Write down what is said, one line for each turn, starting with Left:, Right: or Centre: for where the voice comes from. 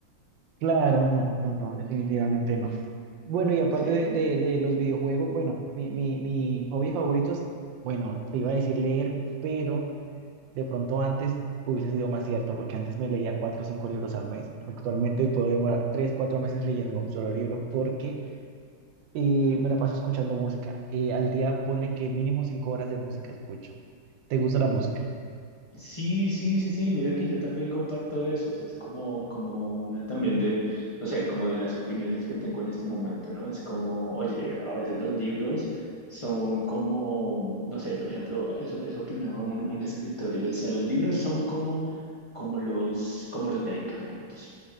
Right: Claro, no, no, no, definitivamente no. Bueno, y aparte
Left: Sí,
Right: de, de- de los videojuegos, bueno, mi, mi, mi hobby favorito es, bueno, te iba a decir leer, pero de pronto antes hubiese sido más cierto, porque antes me leía cuatro o cinco libros al mes. Actualmente puedo demorar tres, cuatro meses leyendo un solo libro porque eh, me la paso escuchando música. Eh, al día ponle que mínimo cinco horas de música escucho. ¿Te gusta la música?
Left: Sí, sí, sí, sí, mira que yo también comparto eso, o sea, es como, como una también de, no sé, como de las opiniones que tengo en este momento, ¿no? Es como, oye, a veces los libros son como, no sé, por ejemplo, eso, eso opinaba un, un escritor y decía, los libros son como, como los, como los medicamentos.